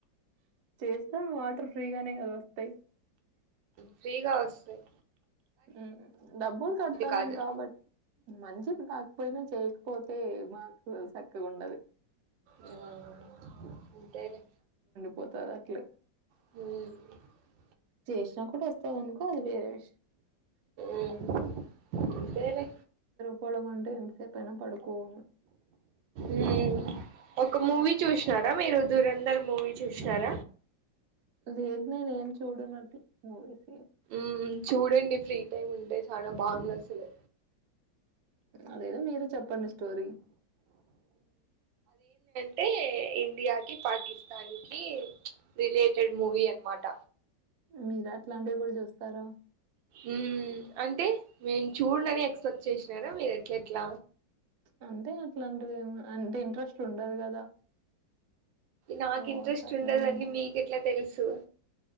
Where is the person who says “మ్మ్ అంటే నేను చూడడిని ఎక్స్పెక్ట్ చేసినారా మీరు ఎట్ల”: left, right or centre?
Right